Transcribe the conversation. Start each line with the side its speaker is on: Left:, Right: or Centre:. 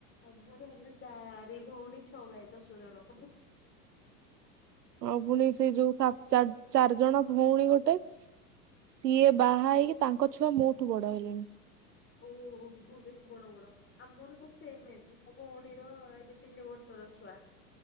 Left: ଆଉ ମୋର ହେଲା ଚାରି ଭଉଣୀ ଛଅ ଭାଇ ଦଶ ଜଣ।
Right: ଆଉ ପୁଣି ସେ ଯୋଉ ସା ଚାର୍ ଚାରିଜଣ ଭଉଣୀ ଗୋଟେ। ସିଏ ବାହା ହେଇକି ତାଙ୍କ ଛୁଆ ମୋ ଠୁ ବଡ ହେଲେଣି।
Left: ଓ ବହୁତି ବଡ ବଡ। ଆମର ସବୁ ସେମ ଏଜ୍। ଭଉଣୀର ଏବେ ତିନି ବର୍ଷର ଛୁଆ